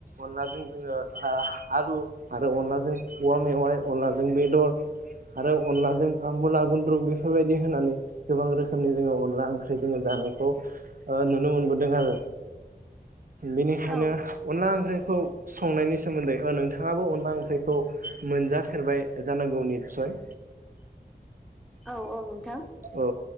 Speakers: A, on the right (about 55°); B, in the centre.
A: अनलाजों जोङो ओ आलु आरो अनलाजों औवा मेवाइ अनलाजों बेदर आरो अनलाजों आ मुला गुन्द्रु बे फोरबायदि होनानै गोबां रोखोमनि जोङो अनला ओंख्रि जोङो जानायखौ ओ नुनो मोनबोदों आरो। बेनिखायनो
B: औ
A: अनला ओंख्रिखौ संनायनि सोमोन्दै ओ नोंथाङाबो अनला ओंख्रि -खौ मोनजाफेरबाय जानांगौ निसय।
B: औ औ नोंथां।
A: औ।